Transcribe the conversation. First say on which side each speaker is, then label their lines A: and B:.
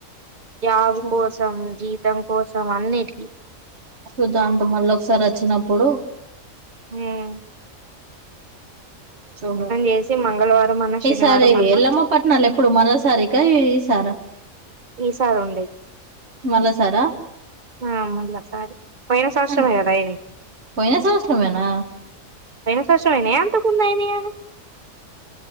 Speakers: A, on the right; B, on the right.
A: జాబు
B: చూ
A: కోసం జీతం కోసం అన్నిటికి.
B: చూద్దం అంత మళ్ళ ఒకసారి వచ్చినప్పుడు
A: హ్మ్ఁ
B: చూద్దం,
A: చేసి మంగళవారం అన్నా శనివారం
B: ఈ సారి
A: అన్నా
B: ఎల్లమ్మ పట్నాలు ఎప్పుడు మళ్ల సారి కా ఈసారా?
A: ఈసారి ఉండయి
B: మళ్ళసారా
A: ఆ మళ్ల సారి పోయిన సంవత్సరమే
B: అన్
A: గదా అయినయి.
B: పోయిన సంవత్సరమేనా
A: పోయిన సంవత్సరం అయినయా, అంతకు ముందు అయినయా?